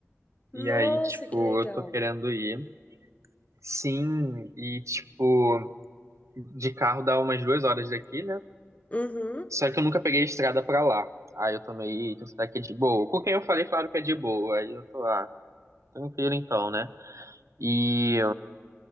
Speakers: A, on the left (about 30°); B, on the right (about 85°).
A: Nossa,
B: e aí, tipo,
A: que legal.
B: eu tô querendo ir. Sim, e, tipo, de carro dá umas duas horas daqui, né?
A: Uhum.
B: Só que eu nunca peguei estrada pra lá. Aí eu tomei, "Eita, será que é de boa? Com quem eu falei, falaram que é de boa. Aí eu tô lá, tranquilo então, né? E